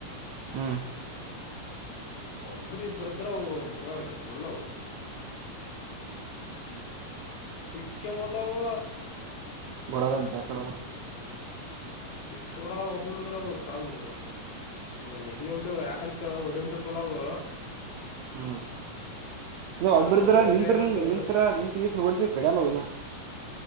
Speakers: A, on the right; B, on the left.
A: ಹ್ಮ್
B: ಅಬ್ರ ಇಬ್ರತ್ರ್ರ ಅಬರಾ ಸುಳ್ಳವು ಸಿಕ್ಕಮತವು
A: ಬುಡದ ಅಂತೆ ಅಕಡ
B: ಪಿಕ್ಸ್ ಬಡಲ್ಲವು ಒಬ್ಬರದುರ ಸಾಲ್ವ ನೀನ್ ಇಲ್ಲಿಗ ಒಡ್ಡಿ ಯಾಕಂತ ಕೇಳ ಒಡ್ಡಿ ಹೊಂಟಿರ್ತಲವು
A: ಹ್ಮ್ ನೀ
B: ನಡ್ಕೊಂಡ್
A: ಒಬ್ರದ್ರ
B: ಹೋಗೋದು
A: ನಿಂತನ್
B: ಬೇರೆ ಆದ ಒಡ್
A: ನಿಂತತ್ರ ನಿಂತ ಎಷ್ಟ ನ ಓಡಸ್ರ ಕಡ್ಯಾಲ ಅವ ಇನ್